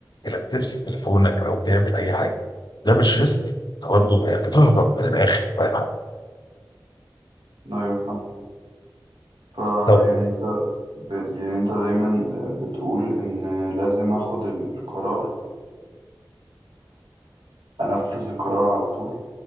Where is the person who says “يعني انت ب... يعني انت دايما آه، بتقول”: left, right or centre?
Right